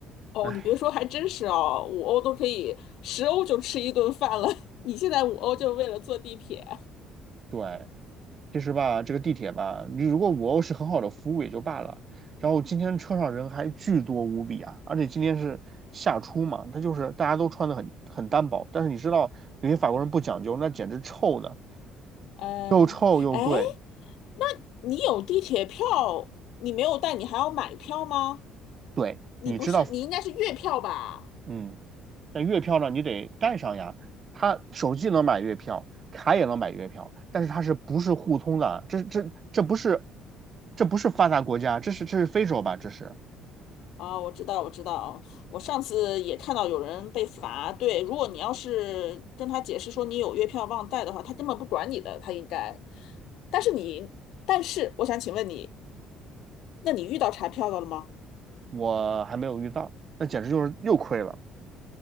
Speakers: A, on the left; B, on the right.
A: 哦，
B: 哎，
A: 你别说，还真是哦，五欧都可以，十欧就吃一顿饭了。<laughs> 你现在五欧就是为了坐地铁，
B: 对，其实吧，这个地铁吧，你如果五欧是很好的服务也就罢了，然后今天车上人还巨多无比啊，而且今天是夏初嘛，他就是大家都穿的很很单薄，但是你知道有些法国人不讲究，那简直臭的，
A: 呃，
B: 又臭又贵，
A: 哎，那你有地铁票，你没有带，你还要买票吗？
B: 对，
A: 你不是，
B: 你知道，
A: 你应该是月票吧？
B: 嗯，但月票呢，你得带上呀。它手机能买月票，卡也能买月票，但是它是不是互通的？这这这不是，这不是发达国家，这是这是非洲吧？这是
A: 啊，我知道，我知道，我上次也看到有人被罚。对，如果你要是跟他解释说你有月票忘带的话，他根本不管你的，他应该。但是你，但是我想请问你，那你遇到查票的了吗？
B: 我还没有遇到，那简直就是又亏了。